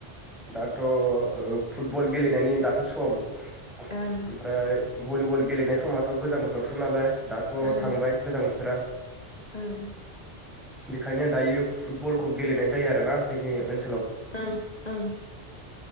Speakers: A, in the centre; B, on the left.
A: दाथ' फुटबल गेलेनायनि दाथ' सम।
B: ओं।
A: ओमफ्राय भलिबल गेलेनाय समाथ' गोजां बोथोरसोम नालाय। दाथ'
B: ओं
A: थांबाय गोजां बोथोर थोरा।
B: ओं।
A: बेखायनो दायो फुटबलखौ गेलेनाय जायो आरोना जोंनि ओ
B: ओं ओं